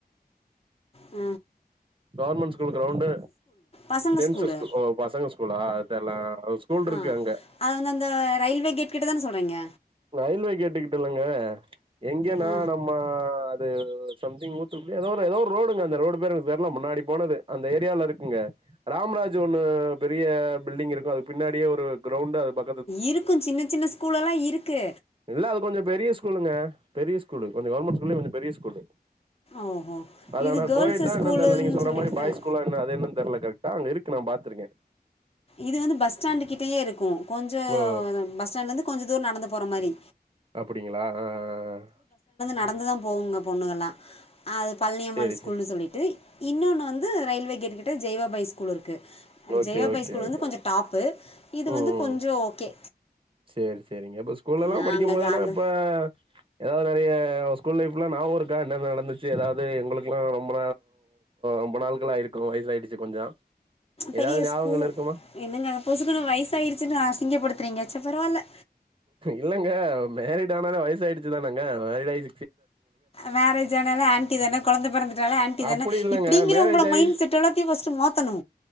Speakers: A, on the left; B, on the right.
A: அ
B: கவர்மெண்ட் ஸ்கூல் கிரௌண்டு
A: பசங்க
B: டென்ஸஸ்
A: ஸ்கூலு
B: ஓ பசங்க ஸ்கூலா அது தெர்ல ஸ்கூல்ருக்கு
A: ஆ
B: அங்க
A: அது வந்து அந்த ரயில்வே கேட் கிட்ட தானே சொல்றீங்க
B: ரயில்வே கேட்டுக்கிட்ட இல்லங்க எங்கேன்னா
A: ஆ
B: நம்ம அது சம்திங் ஊத்துக்குள்ள ஏதோ ஒரு ஏதோ ஒரு ரோடுங்க அந்த ரோடு பேரு தெரில முன்னாடி போனது அந்த ஏரியாவுல இருக் ங்க ராம்ராஜ் ஒன்னு பெரிய பில்டிங் இருக்கு அதுக்கு பின்னாடியே ஒரு கிரவுண்ட் அது ப
A: இருக்கு சின்ன சின்ன ஸ்கூல் எல்லா இருக்கு
B: இல்ல அது கொஞ்சோ பெரிய ஸ்கூலுங்க பெரிய ஸ்கூலு கொஞ்சோ கவர்மென்ட் ஸ்கூல்லேய கொஞ்சோ பெரிய ஸ்கூலு
A: ஓஹோ
B: அதான்னா
A: இது கேர்ள்ஸு
B: கோயட்டான்னா
A: ஸ்கூலுன்னு
B: என்னானு தெரில நீங்க சொல்ற
A: சொல்லிட்டு
B: மாரி பாயஸ்
A: தான்
B: ஸ்கூல்லா இல்ல அத என்ன தெரில கரெக்டா அங்க இருக்கு நா பாத்துருக்கே
A: இது வந்து பஸ் ஸ்டாண்டு கிட்டயே இருக்கு கொஞ்சோ
B: ஓ
A: பஸ் ஸ்டாண்ட்ல இருந்து கொஞ்சோ தூரம் நடந்து போற மாரி
B: அப்டிங்களா ஆ ஆ ஆ
A: நடந்துதா போகுங்க பொண்ணுகள்ளா அது பழனியம்மாள்
B: சேரி
A: ஸ்கூல்ன்னு
B: சேரி
A: சொல்லிட்டு இன்னொன்னு வந்து ரயில்வே கேட் கிட்ட ஜெய்வாபாய் ஸ்கூல் இருக்கு.
B: ஓகே
A: ஜெயவாபாய்
B: ஓகே
A: ஸ்கூல் வந்து
B: ஓகேங்க
A: கொஞ்சோ டாப்பு இது
B: ம்
A: வந்து
B: ம்
A: கொஞ்சோ ஓகே
B: சேரி சேரிங்க இப்ப ஸ்கூல்லல்லா
A: நாங்கள்
B: படிக்கும்போதெல்லா
A: அந்த
B: இப்ப ஏதாவது நெறைய ஸ்கூல் லைஃப்ல நாவோ இருக்கா என்னென்ன நடந்துச்சு ஏதாவது உங்களுக்கு எல்லா ரொம்ப ரொம்ப நாள்கல்லா இருக்கு வயசுயாடுச்சு கொஞ்சோ
A: பெரிய
B: ஏதாவது ஞாபங்கள்
A: ஸ்கூல்
B: இருக்குமா
A: என்னங்க புசுக்குனு வயசாயிடுச்சு அசிங்கப்படுத்துரிங்க சே பரவாயில்ல
B: இல்லங்க மேரிட் ஆனாலே வயசு ஆயிடுச்சுதானங்க <unintelligible>
A: மேரேஜ் ஆனால ஆன்டி தான குழந்தை பிறந்துட்டாலே ஆன்டி தான
B: அப்படி இல்லங்க
A: இப்டிங்கற
B: மேரேஜ்
A: உங்கள
B: ஆயி
A: மைண்ட் செட்டோட டே பஸ்ட் மாத்தணு